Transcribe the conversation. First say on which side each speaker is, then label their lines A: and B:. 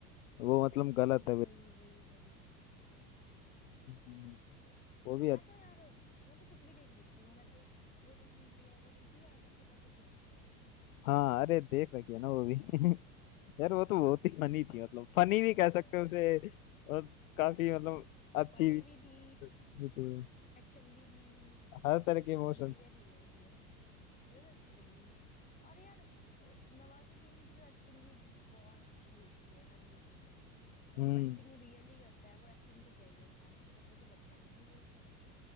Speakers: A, on the left; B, on the left.
A: वो मतलब गलत है बिल्कुल।
B: वही वही वही
A: हम्म, वो भी
B: मैं
A: अच्छा
B: तो यार मैं तो कुछ भी देख लेती हूँ मैं तो वो देखी हुई है वो देखी है गैंग्स ऑफ वासेपुर
A: हाँ अरे देख रखी है ना वो भी <laughs> यार वो तो बहुत ही फनी थी मतलब फनी भी
B: बढ़िया
A: कह सकते
B: है
A: हो उसे और काफी
B: <laughs>
A: मतलब अच्छी
B: फनी
A: भी <laughs>
B: भी थी
A: थी।
B: एक्शन भी थी
A: हर तरह
B: मतलब
A: के इमोशंस
B: बढ़िया थी मूवी वो मुझे तो अच्छी लगी थी और यार अ, नवाजुद्दीन की तो एक्टिंग ही बहुत अच्छी होती है हर मूवी में मतलब
A: हम्म
B: एक्टिंग रियली करता है वो एक्टिंग तो क्या ही करता है मेरे को तो लगता नहीं कि वो